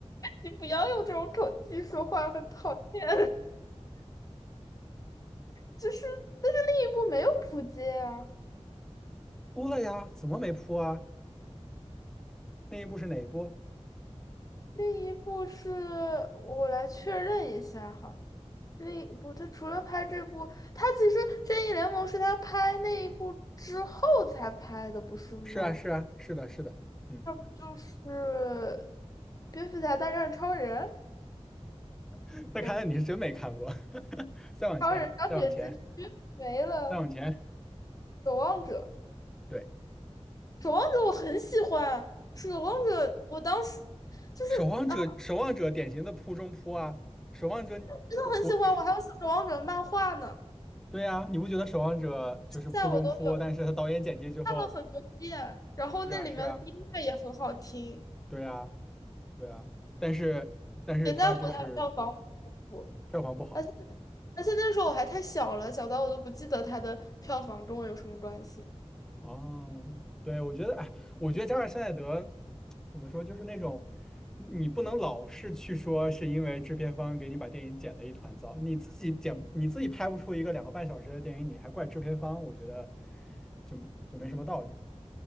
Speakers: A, on the left; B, in the centre.
A: 你不要用这种口气说话，很讨厌。<laughs> 就是，但是另一部没有扑街啊，
B: 扑了呀？怎么没扑啊？那一部是哪一部？
A: 另一部是我来确认一下哈，另一部他除了拍这部，他其实正义联盟是他拍那一部之后才拍的，不是吗？
B: 是啊，是啊，是的，是的，嗯，
A: 那不就是蝙蝠侠大战超人？
B: <laughs> 那看来你是真没看过。
A: 也不。
B: <laughs> 再往前，
A: 超人、钢铁之躯没了，
B: 再往前，再往前，
A: 守望者
B: 对，
A: 守望者我很喜欢，守望者我当时就是啊，
B: 守望者，守望者典型的扑中扑啊，守望者，
A: 真的很喜欢，
B: 我我，
A: 我还有守望者漫画呢，
B: 对呀，你不觉得守望者就是扑中扑？
A: 现在我都有
B: 但是他导演剪辑之后，
A: 看了很多遍，然后那里面的音乐也很好听，
B: 是啊，是啊，对啊，对啊，但是但是他就是
A: 也在乎它票房不不，
B: 票房不好。
A: 而且而且那时候我还太小了，小到我都不记得它的票房跟我有什么关系。
B: 哦，对，我觉得，哎，我觉得加尔施耐德怎么说，就是那种你不能老是去说是因为制片方给你把电影剪的一团糟，你自己剪你自己拍不出一个两个半小时的电影，你还怪制片方，我觉得就就没什么道理，